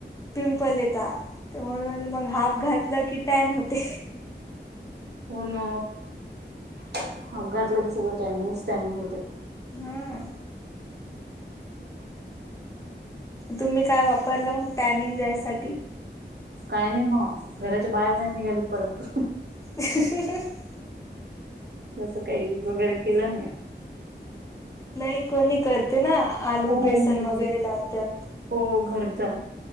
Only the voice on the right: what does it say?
हो ना हाप अपघातल की सगळं टॅनिंगच, टॅनिंग होते.
काही नाही बो घराच्या बाहेर नाही निघाली परत.
तस काही युज वगैरे केलं नाही.
हो
हो बरोबर
हो घरचा